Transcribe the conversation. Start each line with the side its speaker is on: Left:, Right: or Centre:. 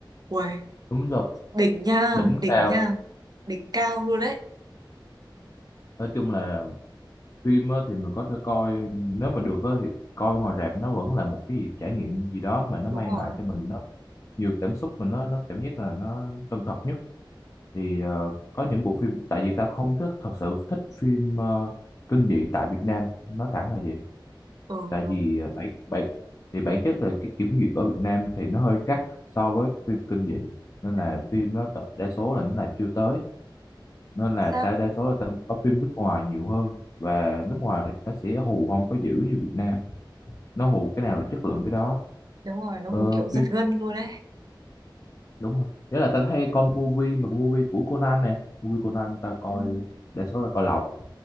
Right: Ui,
Left: đúng rồi
Right: đỉnh nha,
Left: đỉnh
Right: đỉnh
Left: cao
Right: nha, đỉnh cao luôn đấy.
Left: nói chung là phim á, thì mình có thể coi nếu mà được á, thì coi ngoài rạp nó vẫn là một cái gì, trải nghiệm gì đó mà nó
Right: Đúng
Left: mang
Right: rồi.
Left: lại cho mình nó nhiều cảm xúc mà nó nó cảm giác là nó chân thật nhất thì ờ, có những bộ phim tại vì ta không thích thật sự thích phim ờ, kinh dị tại Việt Nam nói thẳng là vậy
Right: Ừ
Left: tại
Right: đúng.
Left: vì ờ, bản bản thì bản chất là cái kiểm duyệt ở Việt Nam thì nó hơi gắt so với phim kinh dị nên
Right: Ừ,
Left: là phim nó t- đa số là nó làm chưa tới nên
Right: chính
Left: là
Right: xác.
Left: ta đa số là ta coi phim nước ngoài nhiều hơn và nước ngoài thì nó sẽ hù không có dữ như Việt Nam nó hù cái nào là chất lượng cái đó
Right: Đúng rồi, nó
Left: ờ,
Right: hù kiểu giật
Left: phim
Right: gân luôn đấy.
Left: đúng rồi đấy là ta hay coi movie mà movie của Conan nè movie Conan tao coi
Right: Ừ.
Left: đa số là coi lậu